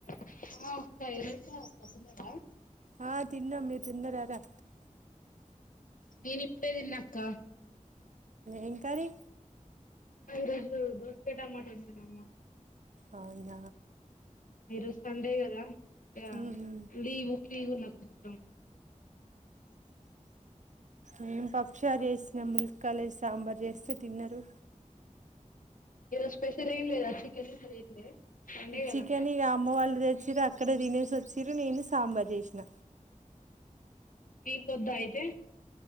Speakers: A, on the left; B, on the right.
A: <unintelligible>
B: ఆ తిన్నాం మీరు తిన్నారా రా
A: నేను ఇప్పుడే తిన్నా అక్క
B: ఎమ్ కర్రీ
A: ఈరోజు దోస టమాటో వండింది అమ్మ
B: ఆ ఇంగ
A: ఇది సండే కదా ఇగ
B: మేము
A: లీవ్ ఫ్లీవ్ నాకి ఇష్టం
B: ఉ మేము పప్పుసారు చేసినం మునక్కాయలు వేసి సాంబార్ చేస్తే తిన్నారు
A: ఈ రోజు స్పెషల్ ఏ లేదా చికెన్ గిట్ల తిండ్లే సండే కదా
B: చికెన్ ఇక అమ్మ వాళ్ళు తెచ్చిరు అక్కడే తినేసి వచ్చిరు నేను సాంబార్ చేసిన
A: నీ కొద్దా అయితే